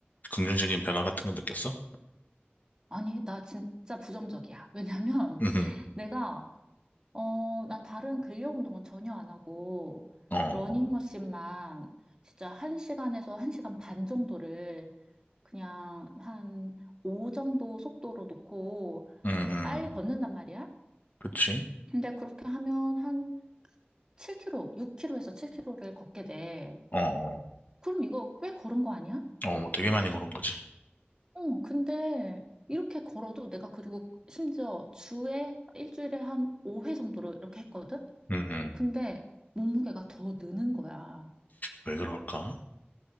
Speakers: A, on the left; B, on the right.
A: 긍정적인 변화 같은 거 느꼈어?
B: 아니, 나 진짜 부정적이야. 왜냐면
A: 음,
B: <laughs> 내가 어, 나 다른 근력 운동은 전혀 안 하고,
A: 어, 어,
B: 러닝머신만 진짜 한시간에서한시간반 정도를 그냥 한 5 정도 속도로 놓고
A: 음, 음,
B: 그 빨리 걷는단 말이야.
A: 그치.
B: 근데 그렇게 하면 한 7 k 로6 k 로에서 7 k 로를 걷게 돼.
A: 어, 어,
B: 그럼 이거 꽤 걸은 거 아니야?
A: 어, 뭐 되게 많이 그런 거지.
B: 어, 근데 이렇게 걸어도 내가 그리고 심지어 주에, 일주일에 한 5회 정도로 이렇게 했거든?
A: 음, 음.
B: 근데 몸무게가 더 느는 거야.
A: 왜 그럴까?